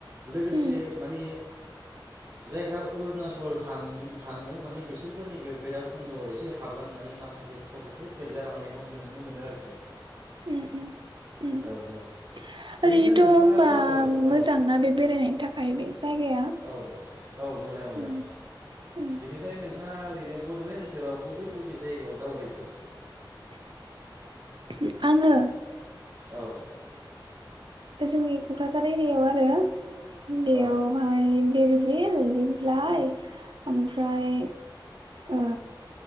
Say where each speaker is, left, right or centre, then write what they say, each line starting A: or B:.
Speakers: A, on the right; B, on the right.
A: लोगोसे
B: उम
A: माने जायफ्रा अरुणाचल थां थाङो माने बिसोरबो नैबे बैराबखुन्द'आव एसे हाबलांनानै माखासे फट'फोर खेबजालांनायखौ नुनो मोनो आरोखि।
B: उम्म उम्म। उम्म
A: औ औ ओरैनो
B: ओरैनोथ'
A: नोंथाङाबो
B: होनबा
A: औ
B: मोजांना बे बेरायनायनि थाखाय बे? जायगाया
A: औ औ मोजां मोजां
B: उम उम
A: बेनिफ्राय नोंथाङा ओरैनो बड'लेण्ड ओनसोलाव बबे बबे जायगायाव दावबायखो?
B: <inaudible> आंङो?
A: औ।
B: ओ जोंनि क'क्राझार एरियाव आरो बेयावहाय
A: औ
B: बेर बेल निमलाय ओमफ्राय अ